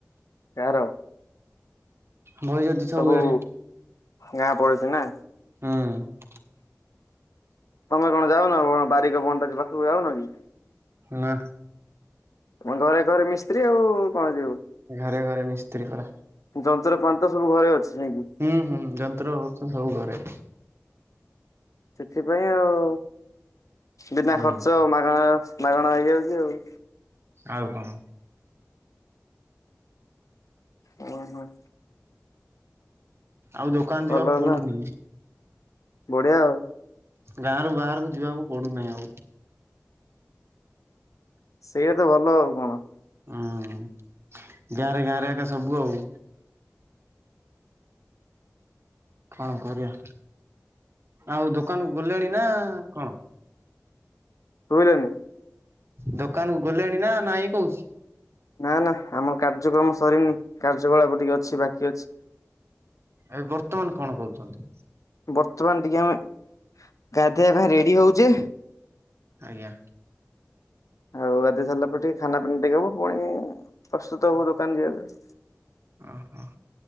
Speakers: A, on the left; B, on the right.
A: କାହାର?
B: ବଇଛନ୍ତି ସବୁଆଡେ
A: ସବୁ ଗାଁ ପଡିଛି ନା।
B: ହୁଁ।
A: ତମେ କଣ ଯାଉନ କଣ ବାରିକ ଭଣ୍ଡାରୀ ପାଖକୁ ଯାଉନ କି?
B: ନା।
A: ଘରେ ଘରେ ମିସ୍ତ୍ରୀ ଆଉ କଣ ଯିବୁ?
B: ଘାରେ ଘରେ ମିସ୍ତ୍ରୀ ପରା।
A: ଯନ୍ତ୍ର ପାନ୍ତ ସବୁ ଘରେ ଅଛି ନାଇଁକି?
B: ହୁଁ ହୁଁ ଯନ୍ତ୍ର ଫନ୍ତ୍ର ସବୁ ଘରେ।
A: ସେଥିପାଇଁ ଆଉ ବିନା
B: ହୁଁ
A: ଖର୍ଚ୍ଚ ଆଉ ମାଗଣା ମାଗଣା ହେଇଯାଉଛି ଆଉ।
B: ଆଉ କଣ?
A: ହଁ ହଁ।
B: ଆଉ ଦୋକାନ
A: ଭଲ
B: ଯିବାକୁ
A: ହେଲା
B: ପଡୁନି।
A: ବଢିଆ ଆଉ।
B: ଗାଁରୁ ବାହାରକୁ ଯିବାକୁ ପଡୁନାହିଁ ଆଉ।
A: ସେଇଆ ତ ଭଲ ଆଉ କଣ?
B: ହଁ ଗାଁରେ ଗାଁରେ ଏକା ସବୁ ଆଉ। କଣ କରିବା ଆଉ ଦୋକାନ ଖୋଲିଲେଣି ନା କଣ?
A: <inaudible>
B: ଦୋକାନକୁ ଗଲେଣି ନା ନାଇଁ କହୁଛି।
A: ନା ନା ଆମର କାର୍ଯ୍ୟକ୍ରମ ସରିନି କାର୍ଯ୍ୟକଳାପ ଟିକେ ଅଛି ବାକି ଅଛି।
B: ଏବେ ବର୍ତ୍ତମାନ କଣ କରୁଛନ୍ତି?
A: ବର୍ତ୍ତମାନ ଟିକେ ଆମେ ଗାଧେଇବା ପାଇଁ ରେଡି ହଉଛେ।
B: ଆଜ୍ଞା।
A: ଆଉ ଗାଧେଇ ସାରିଲା ପରେ ଟିକେ ଖାନା ପିନା ଟିକେ ହବ ପୁଣି ପ୍ରସ୍ତୁତ ହବୁ ଦୋକାନ ଯିବା ପାଇଁ।
B: ଅ ହ।